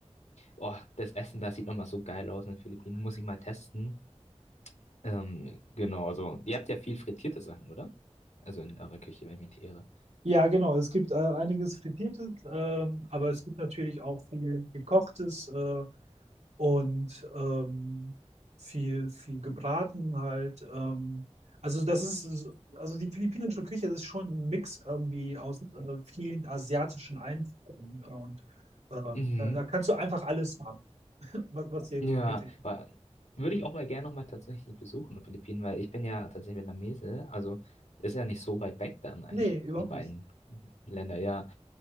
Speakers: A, on the left; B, on the right.
A: Oh, das Essen da sieht nochmal so geil aus in den Philippinen. Muss ich mal testen. Ähm, genau, also ihr habt ja viel frittierte Sachen, oder? Also in eurer Küche, wenn ich mich nicht irre.
B: Ja, genau. Es gibt äh, einiges Frittiertes, ähm, aber es gibt natürlich auch viel Gekochtes äh, und ähm, viel, viel gebraten halt. Ähm, also das ist, also die philippinische Küche ist schon ein Mix irgendwie aus äh, vielen asiatischen Einflüssen. Äh, und äh,
A: Mhm.
B: da, da kannst du einfach alles haben, <laughs> was, was dir
A: Ja,
B: gefällt.
A: aber würde ich auch mal gerne nochmal tatsächlich besuchen, die Philippinen, weil ich bin ja tatsächlich Vietnamese, also ist ja nicht so weit weg dann eigentlich,
B: Nee, überhaupt
A: die beiden
B: nicht.
A: Länder, ja.